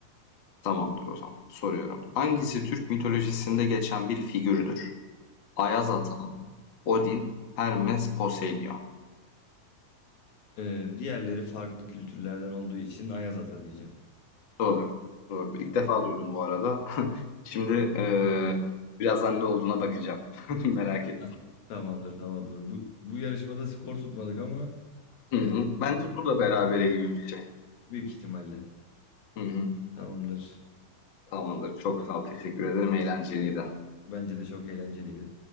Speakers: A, on the left; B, on the left.
A: Tamamdır o zaman. Soruyorum. Hangisi Türk mitolojisinde geçen bir figürdür? Ayaz Ata, Odin, Hermes, Poseidon.
B: Ee, diğerleri farklı kültürlerden olduğu için Ayaz Ata diyeceğim.
A: Doğru. Doğru. İlk defa duydum bu arada. <laughs> Şimdi eee, birazdan ne olduğuna bakacağım. <laughs> Merak ettim.
B: Heh. Tamamdır tamamdır. Bu, bu yarışmada skor tutmadık ama
A: Hı hı.
B: E,
A: Bence bu da berabere gibi bir şey.
B: büyük ihtimalle.
A: Hı hı.
B: Tamamdır.
A: Tamamdır. Çok sağ ol. Teşekkür ederim. Eğlenceliydi.
B: Bence de çok eğlenceliydi.